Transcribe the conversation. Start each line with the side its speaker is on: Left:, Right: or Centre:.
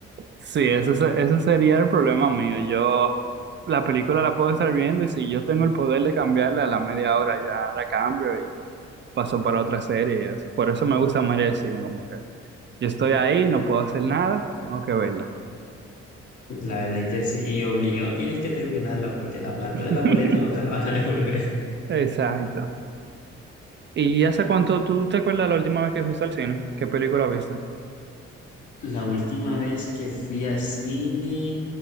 Right: Sí, ese, se- ese sería el problema mío. Yo la película la puedo estar viendo y si yo tengo el poder de cambiarla a la media hora ya la cambio y paso para otra serie. y eso. Por eso me gusta más ir al cine, como que yo estoy ahí, no puedo hacer nada, tengo que verla.
Left: La verdad es que sí, y obligado tienes que terminarla porque la plata
Right: <laughs>
Left: de la boleta no te la van a <laughs> devolver.
Right: Exacto. ¿Y hace cuánto tú te acuerdas la última vez que fuiste al cine? ¿Qué película viste?
Left: La última vez que fui a cine,